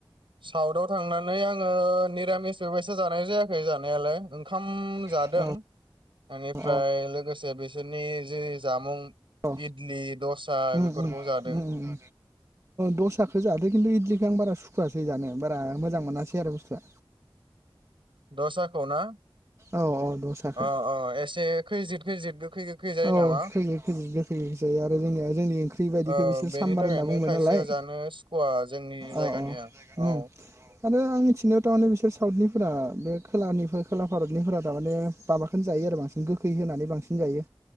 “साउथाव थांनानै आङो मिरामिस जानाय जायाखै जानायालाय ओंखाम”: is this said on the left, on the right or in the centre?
Right